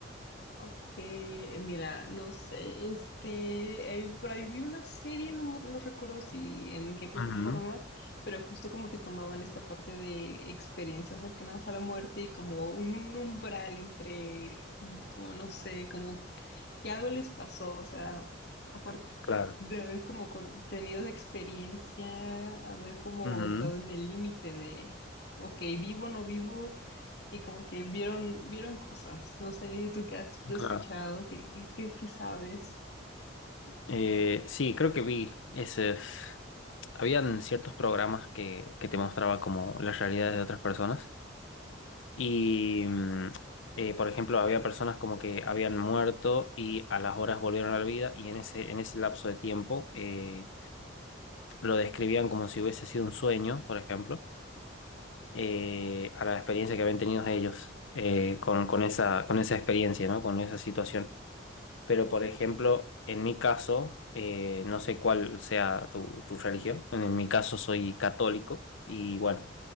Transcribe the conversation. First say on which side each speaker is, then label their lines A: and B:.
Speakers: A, on the left; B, on the left.
A: Ok, eh, mira, no sé, este, eh, por ahí vi una serie, no, no recuerdo si en qué plataforma,
B: Ujú,
A: pero justo como que tomaban esta parte de experiencias cercanas a la muerte y como un umbral entre, mm, como no sé, como que algo les pasó, o sea, aparte
B: Claro.
A: de haber como con- tenido esa experiencia, haber como
B: Ujú.
A: estado en el límite de, ok, vivo, no vivo y como que vieron, vieron cosas. No sé, tú qué has escuchado,
B: Claro.
A: qué, qué, qué, qué sabes.
B: Eh, sí, creo que vi ese... Habían ciertos programas que, que te mostraba como las realidades de otras personas y, mm, eh, por ejemplo, había personas como que habían muerto y a las horas volvieron a la vida y en ese, en ese lapso de tiempo eh, lo describían como si hubiese sido un sueño, por ejemplo, eh, a la experiencia que habían tenido ellos eh, con, con esa, con esa experiencia, ¿no? Con esa situación. Pero, por ejemplo, en mi caso, eh, no sé cuál sea tu, tu religión, en mi caso soy católico y bueno,